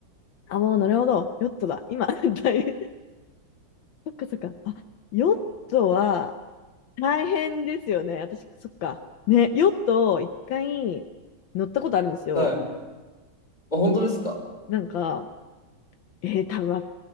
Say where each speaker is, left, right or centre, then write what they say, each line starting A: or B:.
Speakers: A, on the left (about 80°); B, on the left (about 20°).
A: あ、もうなるほど。ヨットだ。今、<laughs> 大変。そっかそっか。あ、ヨットは大変ですよね。私、そっか。ね、ヨットを一回乗ったことあるんですよ。
B: い。はい。あ、本当ですか
A: なんか、えー、多分、